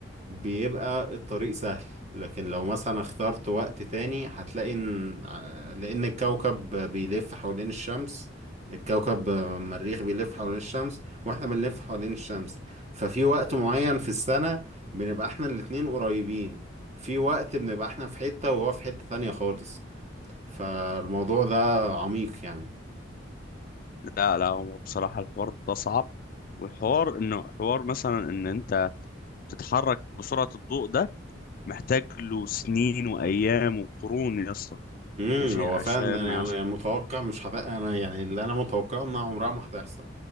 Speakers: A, on the right (about 35°); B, on the left (about 50°).
A: بيبقى الطريق سهل لكن لو مثلا اخترت وقت تاني هتلاقي ان ع- لان الكوكب بيلف حوالين الشمس الكوكب المريخ بيلف حوالين الشمس واحنا بنلف حوالين الشمس ففي وقت معين في السنة بنبقى احنا الاتنين قريبين في وقت بنبقى احنا في حتة وهو في حتة تانية خالص فالموضوع ده عميق يعني
B: لا لا هو بصراحة الحوار ده صعب والحوار انه حوار مثلا ان انت تتحرك بسرعة الضوء ده محتاج له سنين وايام وقرون يا اسطى
A: امم
B: ماشي
A: هو
B: عشان
A: فعلا أنا
B: عشان
A: يعني يعني متوقع مش هت... انا يعني اللي انا متوقعه انها عمرها ما هتحصل